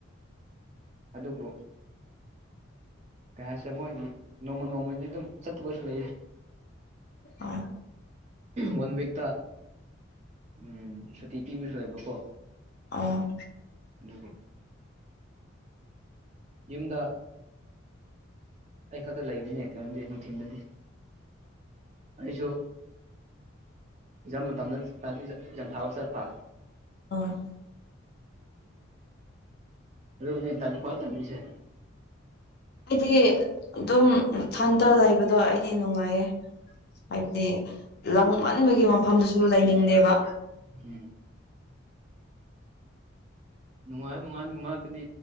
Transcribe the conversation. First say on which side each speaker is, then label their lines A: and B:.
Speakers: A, on the right; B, on the left.
A: ꯑꯗꯨꯕꯨ ꯀꯩ ꯍꯥꯏꯁꯤ ꯃꯣꯏꯗꯤ ꯅꯣꯡꯃ ꯅꯣꯡꯃꯒꯤꯗꯤ ꯑꯗꯨꯝ ꯆꯠꯇꯨꯕꯁꯨ ꯂꯩꯌꯦ
B: ꯎ
A: ꯋꯥꯟ ꯋꯤꯛꯇ ꯎꯝ ꯁꯨꯇꯤ ꯄꯤꯕꯁꯨ ꯂꯩꯕꯀꯣ
B: ꯑꯣ
A: ꯑꯗꯨꯒꯤ ꯌꯨꯝꯗ ꯑꯩ ꯈꯛꯇ ꯂꯩꯕꯅꯦ ꯀꯩꯅꯣꯗꯤ ꯅꯨꯡꯊꯤꯤꯟꯗꯗꯤ ꯑꯩꯁꯨ ꯏꯝ ꯃꯇꯝꯗ ꯌꯥꯝꯊꯥꯕ ꯆꯠꯄ
B: ꯑꯣ
A: ꯂꯩ ꯇꯥꯨ ꯈ ꯆꯁꯦ
B: ꯑꯩꯗꯤ ꯑꯗꯨꯝ ꯍꯟꯇ ꯂꯩꯕꯗꯣ ꯑꯩꯗꯤ ꯅꯨꯡꯉꯥꯏꯌꯦ ꯍꯥꯏꯕꯗꯤ ꯂꯪꯃꯟꯕꯒꯤ ꯃꯐꯝꯗꯨꯁꯨ ꯂꯩꯅꯤꯡꯗꯦꯕ
A: ꯎꯝ ꯅꯨꯡꯉꯥꯏ ꯅꯨꯡꯉꯥꯏꯗꯕ ꯉꯥꯛꯇꯗꯤ